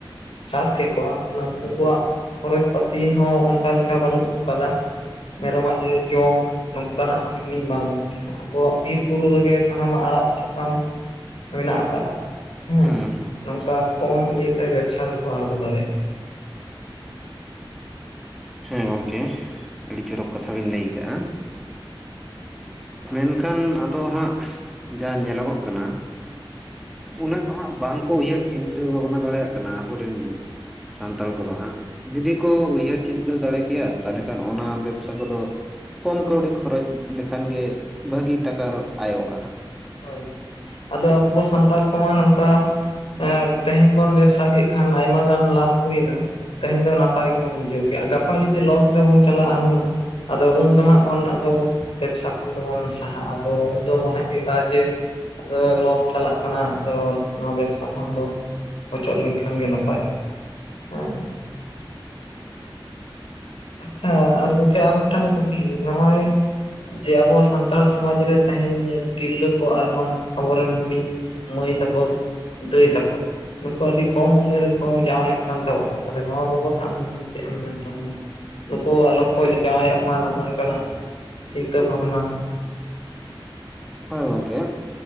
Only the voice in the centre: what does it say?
ᱦᱩᱸ ᱦᱩᱸ
ᱦᱮᱸ ᱜᱚᱝᱠᱮ, ᱟᱹᱰᱤ ᱪᱚᱨᱚᱠ ᱠᱟᱛᱷᱟ ᱵᱤᱱ ᱞᱟᱹᱭ ᱠᱟᱜᱼᱟ᱾ ᱢᱮᱱᱠᱷᱟᱱ ᱟᱫᱚ ᱦᱟᱸᱜ ᱡᱟ ᱧᱮᱞᱚᱜᱚᱜ ᱠᱟᱱᱟ᱾ ᱩᱱᱟᱹᱜ ᱫᱚ ᱱᱟᱦᱟᱜ ᱵᱟᱝᱠᱚ ᱩᱭᱦᱟᱹᱨ ᱪᱤᱱᱛᱟᱹ ᱵᱷᱟᱵᱽᱱᱟ ᱫᱟᱲᱮᱭᱟᱜ ᱠᱟᱱᱟ ᱟᱵᱚ ᱨᱮᱱ ᱥᱟᱱᱛᱟᱲ ᱠᱚᱫᱚ ᱦᱟᱸᱜ, ᱡᱩᱫᱤ ᱠᱚ ᱩᱭᱦᱟᱹᱨ ᱪᱤᱱᱛᱟᱹ ᱫᱟᱲᱮ ᱠᱮᱭᱟ, ᱛᱟᱦᱚᱞᱮ ᱠᱷᱟᱱ ᱚᱱᱟ ᱵᱮᱵᱽᱥᱟ ᱠᱚᱫᱚ ᱠᱚᱢ ᱠᱟᱹᱣᱰᱤ ᱠᱷᱚᱨᱚᱪ ᱞᱮᱠᱷᱟᱱ ᱜᱮ ᱵᱷᱟᱹᱜᱤ ᱴᱟᱠᱟ ᱟᱭᱚᱜᱼᱟ ᱦᱟᱸᱜ᱾
ᱦᱳᱭ ᱜᱚᱝᱠᱮ,